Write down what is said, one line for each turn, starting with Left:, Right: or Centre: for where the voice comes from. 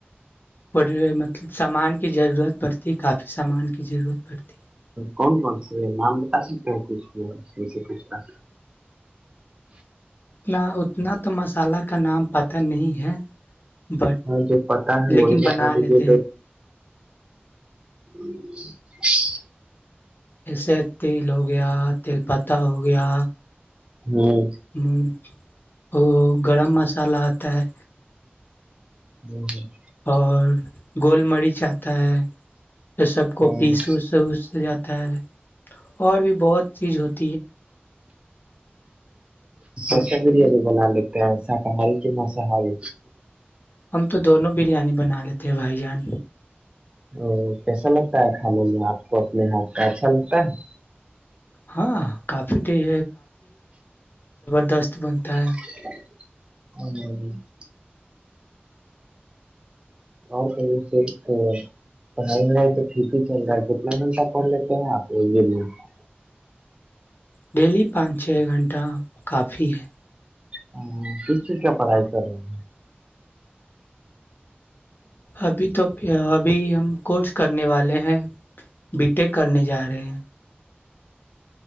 Left: پڑ رہے مطلب سامان کی ضرورت پڑتی کافی سامان کی ضرورت پڑتی ہے
Right: کون کون سے نام بتا سکتے ہیں کی سے کنا
Left: اتنا اتنا تو مسالہ کا نام پت نہیں ہے بٹ
Right: ہاں جو پتا ہے
Left: لیکن
Right: وہی بتا
Left: بنا
Right: دیجیے
Left: لیتے ہیں
Right: ہ <unintelligible>
Left: جیسے تیل ہو گیا تیل پتا ہو گیا
Right: ہوں
Left: ہوں <inaudible> ا گرم مسالحہ آتا ہے
Right: ہ ہ <unintelligible>
Left: اور گول می چ آ <unintelligible> ہے تو سب
Right: کیسا
Left: کو پیس وس اس سے جاتا ت <unintelligible> اور بھی بہت چیز ہو <unintelligible> اور
Right: اسر بریانی بنا لیتے ہیں شاکاہاری کی مساحی <unintelligible>
Left: ہم تو دونوں بریانی بنا لیتے ہیں بھائی جان
Right: ہ <unintelligible> کیسا لگتا ہے کھانے میں آپ کو اپنے ہاتھ کا اچھا لگتا ہے
Left: ہاں کافی دست بنتا ہے
Right: ہ <unintelligible> اور کہ صرف پہل رہا ہے تو پھر بھی چل رہا ہے کتنے منٹر فن ل تو ہیں آپ ج ج <unintelligible>
Left: ڈیلی پانچ چھ گھنٹہ کافی ہے
Right: ہاں کس چیز کیا پڑھائی کر رہے ہیں
Left: ابھی تو ابھی ہم کورس کرنے والے ہیں بی ٹیک کرنے جا رہے ہیں